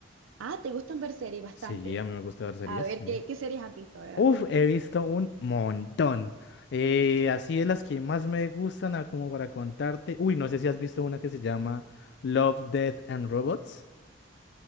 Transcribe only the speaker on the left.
Sí, a mí me gusta ver series,
sí.
Uf,
he visto un montón. Eh, así de las que más me gustan, ah, como para contarte. Uy, no sé si has visto una que se llama Love, Death and Robots.